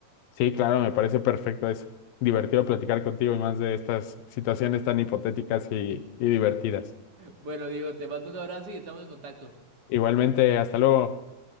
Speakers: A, on the left (about 75°); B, on the right (about 30°).
A: Sí, claro, me parece perfecto. Es divertido platicar contigo y más de estas situaciones tan hipotéticas y, y divertidas.
B: Bueno, Diego, te mando un abrazo y estamos en contacto.
A: Igualmente, hasta luego.